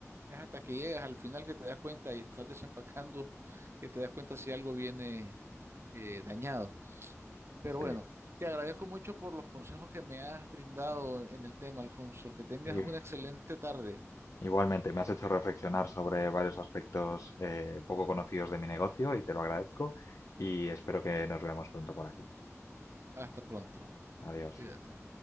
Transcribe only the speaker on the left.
sí.
Y-
igualmente, me has hecho reflexionar sobre varios aspectos eh, poco conocidos de mi negocio y te lo agradezco y espero que nos veamos pronto por aquí.
Adiós.